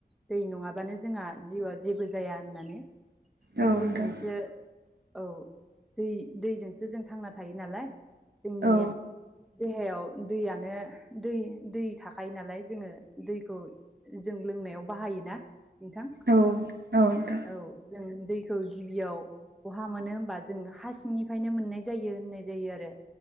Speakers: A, in the centre; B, on the right (about 75°).
A: दै नङाबानो जोंहा जिउआ जेबो जाया होननानै।
B: औ उम औ
A: दैजोंसो
B: नोंथां
A: औ दै दैजोंसो जों थांना थायो नालाय। जोंनि
B: औ
A: देहायाव दैयानो दै दै थाखायो नालाय जोङो दैखौ जों लोंनायाव बाहायो ना नोंथां।
B: औ औ नोंथां।
A: औ जों दैखौ गिबियाव बहा मोनो होमबा जों हा सिंनिफ्रायनो मोननाय जायो होननाय जायो आरो।